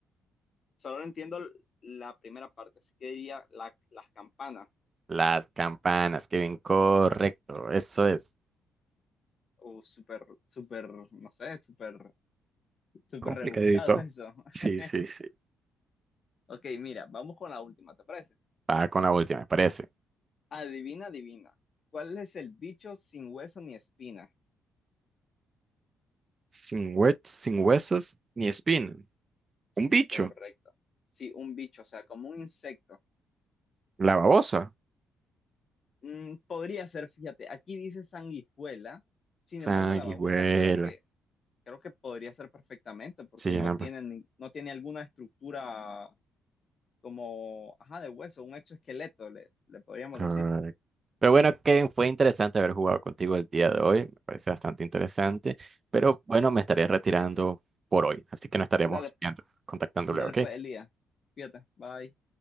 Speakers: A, on the left; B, on the right.
A: solo entiendo la primera parte, así que diría la- las campanas,
B: Las campanas, que bien correcto. Eso es
A: o súper, súper, no sé, súper, súper
B: complicadito.
A: rebuscado eso.
B: Sí,
A: <laughs>
B: sí, sí.
A: Ok, mira, vamos con la última, ¿te parece?
B: Va con la última, me parece.
A: Adivina, adivina. ¿Cuál es el bicho sin hueso ni espina?
B: Sin hue- sin huesos ni espina. Un bicho.
A: Correcto. Sí, un bicho, o sea, como un insecto.
B: La babosa.
A: Mm, podría ser, fíjate, aquí dice sanguijuela, sin
B: Sanguijuela.
A: embargo la babosa creo que, creo que podría ser perfectamente porque
B: Sí,
A: no
B: ambas.
A: tiene, ni- no tiene alguna estructura como, ajá, de hueso, un exoesqueleto, le, le podríamos
B: Correcto.
A: decir.
B: Pero bueno, Kevin, fue interesante haber jugado contigo el día de hoy. Me parece bastante interesante. Pero bueno, me estaré retirando por hoy. Así que nos estaremos
A: Dale,
B: viendo, contactando
A: dale
B: luego, ¿ok?
A: pues, Elías, fíjate, bye.